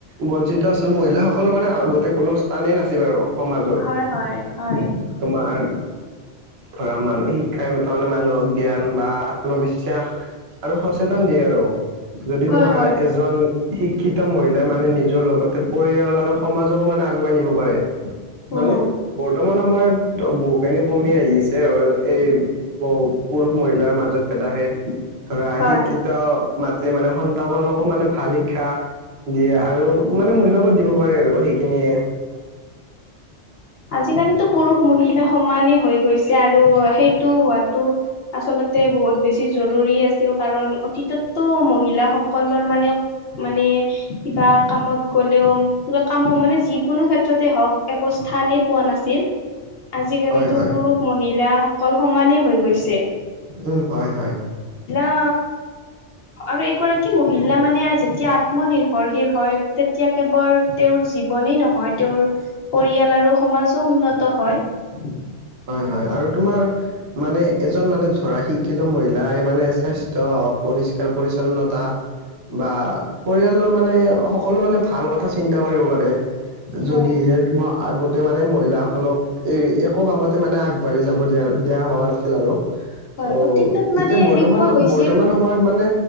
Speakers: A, on the right; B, on the left.
A: বঞ্চিত। মহিলাসকলৰ মানে আগতে কোনো স্থানেই নাছিল আৰু সমাজত।
B: হয় হয় হয়
A: তোমাৰ ধৰা মান শিক্ষাই তাৰমানে মানুহক জ্ঞান বা আত্মবিশ্বাস আৰু সচেতন দিয়ে আৰু যদি
B: হয়
A: তোমাৰ
B: হয়
A: এজন শিক্ষিত মহিলাই মানে নিজৰ লগতে পৰিয়াল আৰু সমাজকো মানে আগুৱাই নিব পাৰে
B: উম
A: মানে বৰ্তমান সময়ত বহুখিনি কমি আহিছে আৰু এই পুৰুষ মহিলাৰ মাজত ভেদাভেদ ধৰা
B: হয়
A: শিক্ষিত মাতৃয়ে মানে সন্তানকো মানে ভাল শিক্ষা দিয়ে আৰু মানে মুল্যবোধ দিব পাৰে আৰু সেইখিনিয়ে
B: সেই কাৰণে তো পুৰুষ মহিলা মহিলা সমানে হৈ গৈছে আৰু সেইটো হোৱাতো আচলতে বহুত বেছি জৰুৰী আছিল কাৰণ অতীততো মহিলাসকলৰ মানে মানে কিবা কামত গ'লেও কিবা কামো মানে যিকোনো ক্ষেত্ৰতে হওক থানেই পোৱা নাছিল আজিকালিতো
A: হয় হয়
B: পুৰুষ মহিলাসকল সমানেই হৈ গৈছে।
A: উম হয় হয়
B: অ আৰু এগৰাকী মহিলা মানে যেতিয়া আত্মনিৰ্ভৰশীল হয় তেতিয়া কেৱল তেওঁৰ জীৱনেই নহয় তেওঁৰ পৰিয়াল আৰু সমাজো উন্নত হয়।
A: হয়
B: অ'
A: হয় আৰু তোমাৰ মানে এজন মানে ধৰা শিক্ষিত মহিলাই মানে স্বাস্থ্য হওক। পৰিষ্কাৰ পৰিচ্ছন্নতা বা পৰিয়ালৰ মানে সকলো মানে ভাল কথা চিন্তা কৰিব পাৰে।
B: হয়
A: যদিহে তোমাৰ আগতে মানে মহিলাাসকলক এ ক কামতে মানে আগবাঢ়ি যাব দিয়া দিয়া হোৱা নাছিল আৰু
B: হয়
A: অ
B: অতীতত মানে
A: এতিয়া বৰ্তমান
B: এনেকুৱা হৈছিল
A: বৰ্তমান সময়ত মানে